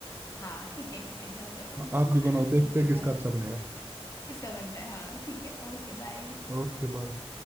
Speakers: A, on the left; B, on the right.
A: हाँ ठीक है ठीक है जाओ जाओ <laughs>
B: आप भी बनाओ देखते
A: Okay
B: हैं किसका
A: bye
B: अच्छा बनेगा
A: इसका बनता है हाँ ठीक है ओके बाय
B: Okay bye